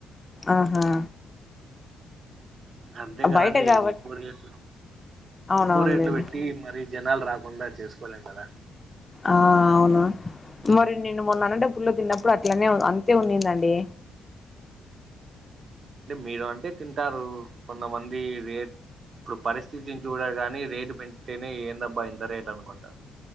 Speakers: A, on the left; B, on the right.
A: ఆహా
B: అంతే కదండి
A: బయట కాబట్టి
B: ఇది ఎక్కువ రేట్లు
A: అవునవునులేండి
B: ఎక్కువ రేట్లు పెట్టి మరి జనాలు రాకుండా చేసుకోలేం కదా
A: ఆ అవును మరి నేను అనంతపూర్లో తిన్నప్పుడు అట్లనే అంతే ఉన్నిందండీ
B: అంటే మీరు అంటే తింటారు కొంతమంది రేట్ ఇప్పుడు పరిస్థితిని చూడాగానే రేటు పెంచితేనే ఏందబ్బా ఇంత రేటు అనుకుంటారు